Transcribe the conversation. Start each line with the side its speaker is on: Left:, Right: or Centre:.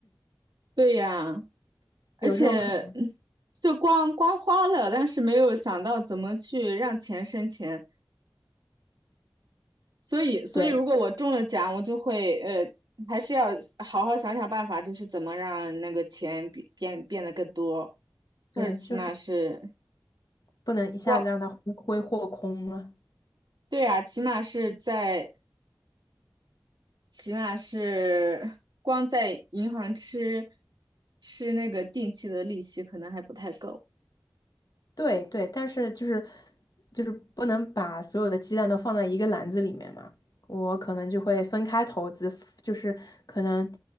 Right: 对呀。而且嗯就光光花了，
Left: 有这种可能。
Right: 但是没有想到怎么去让钱生钱，所以所以如果我中了奖，
Left: 对
Right: 我就会呃，还是要好好想想办法，就是怎么让那个钱变变变得更多，
Left: 对，
Right: 或者起码是
Left: 就是不能一下子让他挥挥霍空了。
Right: 光，对呀，起码是在起码是光在银行吃吃那个定期的利息可能还不太够。
Left: 对对，但是就是就是不能把所有的鸡蛋都放在一个篮子里面嘛。我可能就会分开投资，就是可能